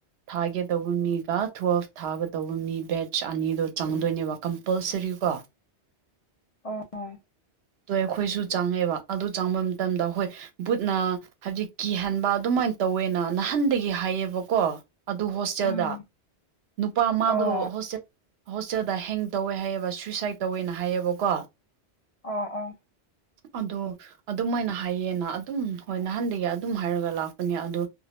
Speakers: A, on the right; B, on the left.
A: ꯊꯥꯒꯗꯧꯕ ꯃꯤꯒ ꯇꯨꯋꯦꯜꯐ ꯊꯥꯒꯗꯧꯕ ꯃꯤ ꯕꯦꯠꯆ ꯑꯅꯤꯗꯣ ꯆꯪꯗꯣꯏꯅꯦꯕ ꯀꯝꯄꯜꯁꯔꯤ ꯀꯣ
B: ꯑꯣ
A: ꯑꯗꯣ ꯑꯩꯈꯣꯏꯁꯨ ꯆꯪꯉꯦꯕ ꯑꯗꯨ ꯆꯪꯕ ꯃꯇꯝꯗ ꯍꯣꯏ ꯕꯨꯠꯅ ꯍꯥꯏꯕꯗꯤ ꯀꯤꯍꯟꯕ ꯑꯗꯨꯃꯥꯏꯅ ꯇꯧꯋꯦꯅ ꯅꯍꯥꯟꯗꯒꯤ ꯍꯥꯏꯌꯦꯕꯀꯣ ꯑꯗꯨ ꯍꯣꯁꯇꯦꯜꯗ
B: ꯎꯝ
A: ꯅꯨꯄꯥ ꯃꯥꯗꯣ
B: ꯑꯣ
A: ꯍꯣꯁꯇꯦꯜ ꯍꯣꯁꯇꯦꯜꯗ ꯍꯦꯡ ꯇꯧꯋꯦ ꯍꯥꯏꯌꯦꯕ ꯁꯨꯋꯏꯁꯥꯏꯠ ꯇꯧꯋꯦꯅ ꯍꯥꯏꯌꯦꯕꯀꯣ
B: ꯑꯥ ꯑꯥ
A: ꯑꯗꯣ ꯑꯗꯨꯝ ꯑꯣꯏꯅ ꯍꯥꯏꯌꯦꯅ ꯑꯗꯨꯝ ꯍꯣꯏ ꯅꯍꯥꯟꯗꯒꯤ ꯑꯗꯨꯝ ꯍꯥꯏꯔꯒ ꯂꯥꯛꯄꯅꯦ ꯑꯗꯨ